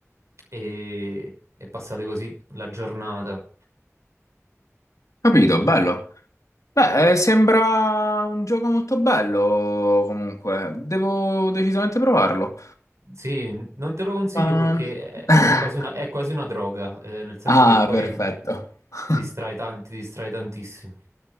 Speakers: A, on the right; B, on the left.
A: e, e passate così la giornata.
B: Capito, bello. Beh, eh, sembra un gioco molto bello comunque. Devo decisamente provarlo.
A: Sì, non te lo consiglio
B: Ma-
A: perché è, è
B: <laughs>
A: quasi una, è quasi una droga, eh, nel senso
B: Ah,
A: che poi
B: perfetto. <laughs>
A: ti distrae tan- ti distrae tantissimo.